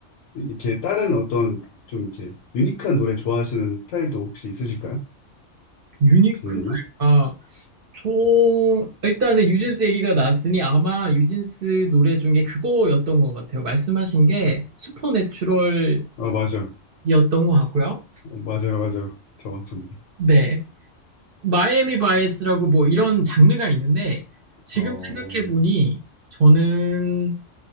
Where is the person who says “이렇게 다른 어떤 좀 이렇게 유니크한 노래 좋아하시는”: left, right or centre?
Left